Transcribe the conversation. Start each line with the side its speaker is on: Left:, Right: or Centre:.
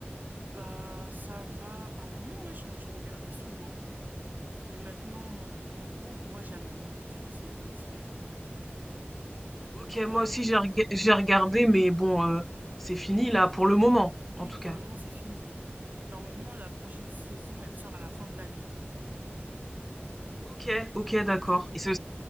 Right: bah ça va à un moment ouais je, je regardais souvent mais maintenant euh, en gros moi j'ai un anime préféré c'est Demon Slayer
Centre: OK,
Right: normalement
Centre: moi aussi j'ai rega j'ai regardé mais bon, heu, c'est fini là pour le moment,
Right: oui
Centre: en tout
Right: pour
Centre: cas.
Right: le moment c'est fini normalement la prochaine saison elle sort à la fin de l'année
Centre: Ok, ok,
Right: donc
Centre: d'accord.
Right: euh, trop cool
Centre: Et ce,